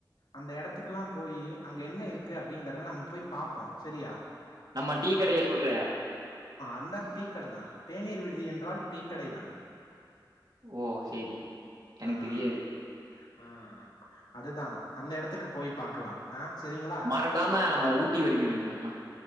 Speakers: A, on the left (about 70°); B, on the right (about 55°).
A: அந்த இடத்துக்குல்லா போயி அங்க என்ன இருக்கு அப்பிடிங்கறத நம்ம போய் பாப்போ சரியா
B: நம்ம டீ கடைய சொல்ற
A: இந்தா டீக்கடதா தேநீர் விடுதி என்றால் டீக்கடை தான்
B: ஓ சேரி எனக்கு
A: ஆ
B: தெரியாது
A: ஆ அதுதா அந்த எடத்துக்கு போய் பாக்கலா ஆ சரிங்களா
B: மறக்காம நம்ம ஊட்டி வரிக்கி வாய்ன்ட்டு வந்தரலா